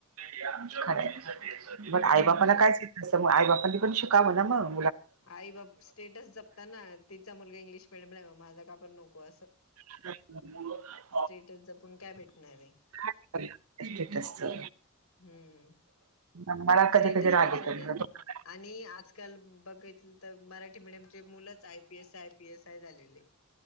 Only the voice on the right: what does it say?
खरं आहे
मग आई बापाला कायच <inaudible> आई बापाली पण शिकावं म्हणावं म.
<unintelligible>
<unintelligible> स्टेटसच्या.
नांगाडा
कधी-कधी राहते.
<unintelligible>